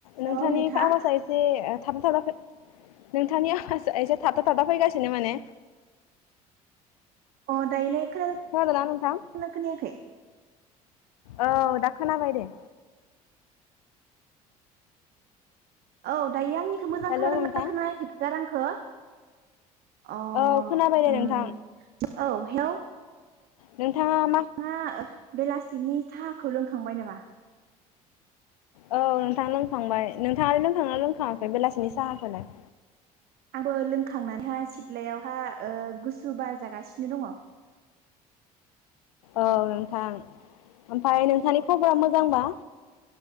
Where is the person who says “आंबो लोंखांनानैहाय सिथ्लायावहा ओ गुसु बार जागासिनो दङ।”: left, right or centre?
Right